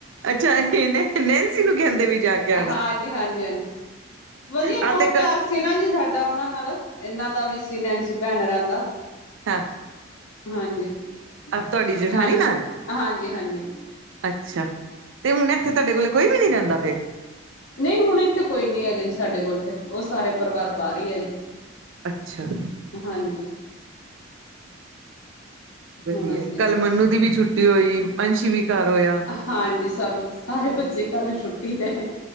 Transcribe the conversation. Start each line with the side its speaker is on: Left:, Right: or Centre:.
Right: ਅੱਛਾ ਇਹ ਨੇ ਨੈਨਸੀ ਨੂੰ ਕਹਿੰਦੇ ਵੀ ਜਾ ਕੇ ਆਣਾ,
Left: ਹਾਂਜੀ ਹਾਂਜੀ ਹਾਂਜੀ ਵਧੀਆ
Right: ਆਹ
Left: ਮੋਹ
Right: ਤੇ
Left: ਪਿਆਰ ਸੀ ਨਾ ਜੀ ਸਾਡਾ ਉਹਨਾਂ ਨਾਲ, ਇਹਨਾਂ ਦਾ ਵੀ ਸੀ ਨੈਨਸੀ ਭੈਣ ਹੁਰਾ ਦਾ।
Right: ਹਾਂ।
Left: ਹਾਂਜੀ,
Right: ਤੁਹਾਡੀ
Left: ਜਠਾਣੀ,
Right: ਜੇਠਾਣੀ ਨਾਲ
Left: ਹਾਂਜੀ ਹਾਂਜੀ।
Right: ਅੱਛਾ ਤੇ ਹੁਣ ਇੱਥੇ ਤੁਹਾਡੇ ਕੋਲ ਕੋਈ ਵੀ ਨੀ ਰਹਿੰਦਾ ਫਿਰ।
Left: ਨਹੀ ਹੁਣ ਇੱਥੇ ਕੋਈ ਨੀ ਹੈਗੇ ਜੀ ਸਾਡੇ ਕੋਲ ਤੇ ਉਹ ਸਾਰੇ ਪਰਿਵਾਰ ਬਾਹਰ ਹੀ ਆ ਜੀ।
Right: ਅੱਛਾ।
Left: ਹਾਂਜੀ।
Right: ਵਧੀਆ,
Left: ਹੁਣ ਅਸੀਂ
Right: ਕੱਲ ਮੰਨੂੰ ਦੀ ਵੀ ਛੁੱਟੀ ਹੋਈ, ਅੰਸ਼ ਵੀ ਘਰ ਹੋਇਆ।
Left: ਹਾਂਜੀ ਸਭ ਸਾਰੇ ਬੱਚੇ ਕੱਲ ਛੁੱਟੀ ਤੇ ਨੇ।